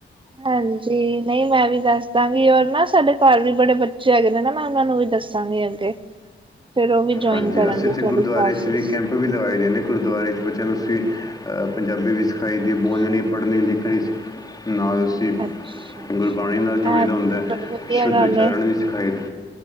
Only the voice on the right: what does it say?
ਹਾਂਜੀ ਨਹੀਂ ਮੈਂ ਵੀ ਦੱਸ ਗੀ ਔਰ ਨਾ ਸਾਡੇ ਘਰ ਵੀ ਬੜੇ ਬੱਚੇ ਹੈਗੇ ਨੇ ਨਾ ਮੈਂ ਉਹਨਾਂ ਨੂੰ ਵੀ ਦੱਸਾਂਗੀ ਅੱਗੇ। ਫੇਰ ਉਹ ਵੀ ਜੁਆਇਨ
ਕਰਨਗੇ
ਤੁਹਾਡੀ
ਕਲਾਸਿਸ।
ਅੱਛਾ।
ਅੱਛਾ-ਅੱਛਾ,
ਇਹ
ਤੇ ਬੜੀ ਵਧੀਆ
ਗੱਲ
ਏ,